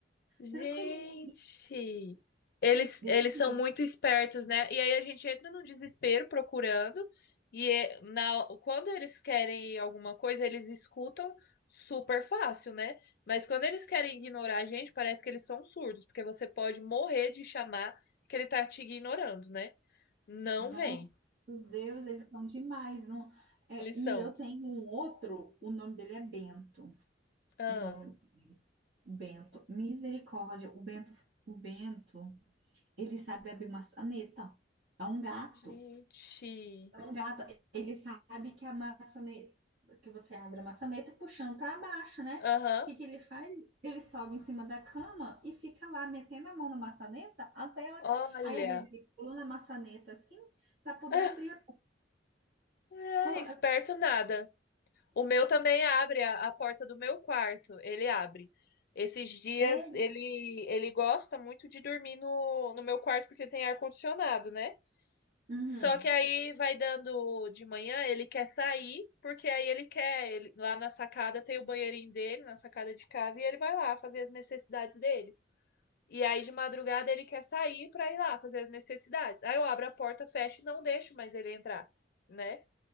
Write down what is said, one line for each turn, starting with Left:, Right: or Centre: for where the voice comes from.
Left: Gente,
Right: tranquilinha.
Left: eles,
Right: Desse
Left: eles
Right: jeito.
Left: são muito espertos, né? E aí a gente entra num desespero procurando, e é- na, quando eles querem alguma coisa, eles escutam super fácil, né? Mas quando eles querem ignorar a gente, parece que eles são surdos, porque você pode morrer de chamar que ele tá te ignorando, né? Não
Right: Nossa,
Left: vem.
Right: Deus, eles são demais, não? É,
Left: Eles são.
Right: e eu tenho um outro, o nome dele é Bento,
Left: Ah,
Right: o nome Bento, misericórdia, o Bento, o Bento, ele sabe abrir maçaneta, é um gato,
Left: gente.
Right: é um gato, ele sabe que a maçaneta, que você abre a maçaneta puxando para baixo, né?
Left: Aham.
Right: O que que ele faz? Ele sobe em cima da cama e fica lá metendo a mão na maçaneta até ela
Left: Olha.
Right: cair. Aí às vezes ele pula na maçaneta assim para poder
Left: <laughs>
Right: abrir a
Left: É,
Right: Co-
Left: esperto nada. O meu também abre, a, a porta do meu quarto, ele abre. Esses dias
Right: Sério?
Left: ele ele gosta muito de dormir no, no meu quarto porque tem ar-condicionado, né?
Right: Uhum,
Left: Só que aí vai dando de manhã, ele quer sair, porque aí ele quer, ele- lá na sacada tem o banheirinho dele, na sacada de casa, e ele vai lá fazer as necessidades dele. E aí de madrugada ele quer sair pra ir lá fazer as necessidades. Aí eu abro a porta, fecho e não deixo mais ele entrar, né?